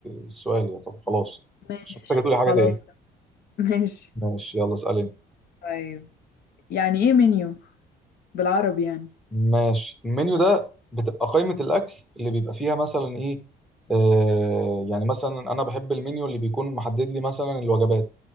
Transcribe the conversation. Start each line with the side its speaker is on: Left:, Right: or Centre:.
Centre: السؤال يا طب خلاص
Left: ماشي
Centre: مش محتاجة تقولي حاجة
Left: خلاص
Centre: تاني
Left: <laughs> ماشي
Centre: ماشي يلا اسألي أنت
Left: طيب يعني ايه منيو بالعربي يعني
Centre: ماشي المنيو ده بتبقى قائمة الأكل اللي بيبقى فيها مثلا إيه آه يعني مثلا أنا بحب المنيو اللي بيكون محدد لي مثلا الوجبات